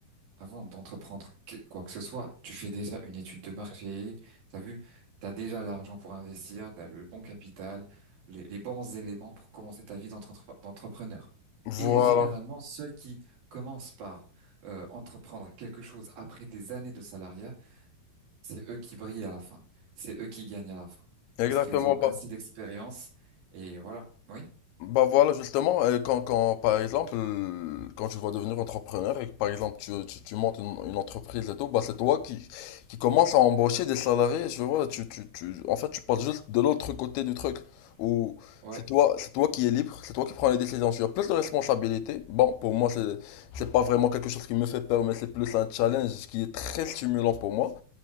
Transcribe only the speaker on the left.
Voilà.
Exactement
pas.
Bah voilà, justement, euh, quand, quand, par exemple, euh, quand tu vas devenir entrepreneur et que, par exemple, tu, tu, tu montes une, une entreprise et tout, bah c'est toi qui, qui commence à embaucher des salariés, tu vois, tu, tu, tu, en fait, tu passes juste de l'autre côté du truc, où
c'est toi, c'est toi qui es libre, c'est toi qui prends les décisions, tu as plus de responsabilités. Bon, pour moi, c'est, c'est pas vraiment quelque chose qui me fait peur, mais c'est plus un challenge qui est très stimulant pour moi.